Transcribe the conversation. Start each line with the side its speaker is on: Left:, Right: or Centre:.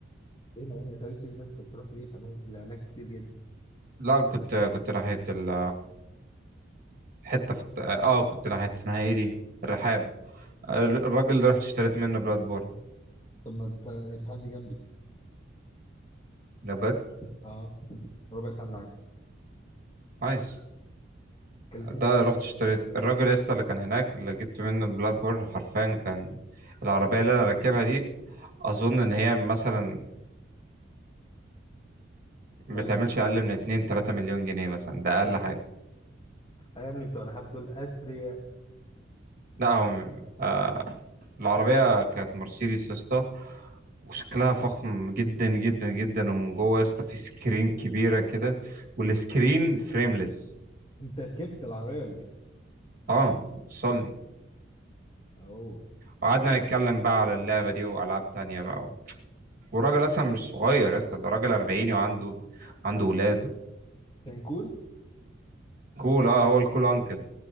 Left: ايه يا عم طريق السويس ده انت بتروح بيه فانا لاماكن كتير جدا
Right: لا كنت كنت ناحية ال... حتة في اه كنت ناحية اسمها ايه دي الرحاب آه، الراجل اللي رحت اشتريت منه بلاد بورن
Left: طب ما انت الحد جنبي
Right: ده بجد
Left: اه ربع ساعه من عندي
Right: نايس
Left: ما كلمتنيش
Right: ده رحت
Left: ليه
Right: اشتريت الراجل يا اسطى اللي كان هناك اللي جبت منه بلاد بورن حرفيا كان العربية اللي انا راكبها دي اظن ان هي مثلا ما
Left: مالها
Right: بتعملش اقل من 2 3 مليون جنيه مثلا ده
Left: واو
Right: اقل حاجة
Left: آه يا ابني بتوع الرحاب دول اثرياء
Right: لا هو آه العربية كانت مرسيدس يا اسطى وشكلها فخم جدا جدا جدا ومن جوه يا اسطى في سكرين كبيرة كده والسكرين فريمليس
Left: انت ركبت العربيه ولا ايه
Right: اه وصلني
Left: اوه
Right: وقعدنا نتكلم بقى على اللعبة دي وألعاب تانية بقى والراجل اصلا مش صغير يا اسطى ده راجل 40 وعنده عنده ولاد
Left: كان كول
Right: كول اه هو الكول انكل